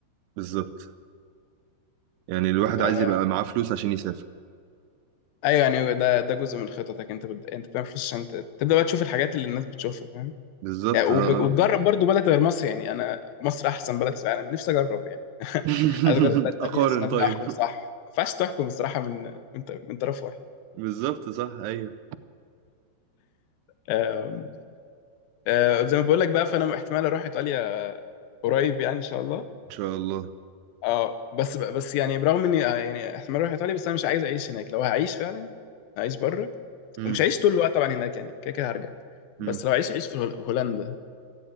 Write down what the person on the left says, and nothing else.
فا
أيوه يعني ده ده جزء من خططك أنت بد... أنت بتعمل فلوس عشان ت- تبدأ بقى تشوف الحاجات اللي الناس بتشوفها فاهم
يعني وب...
وتجرب
برضو بلد غير مصر يعني أنا مصر أحسن بلد في العالم نفسي أجرب يعني <laughs>
عايز أجرب بلد تانية
عشان أبدأ
أحكم صح ما ينفعش تحكم بصراحة من من, من طرف واحد
أم... أه زي ما بقول لك بقى فأنا احتمال أروح إيطاليا قريب يعني إن شاء الله
اه بس بس يعني برغم اني آه، يعني احتمال اروح ايطاليا بس انا مش عايز اعيش هناك لو هعيش فعلا هعيش بره
مش هعيش طول الوقت طبعا هناك يعني كده كده هرجع بس
لو عيش عيش في هول- هولندا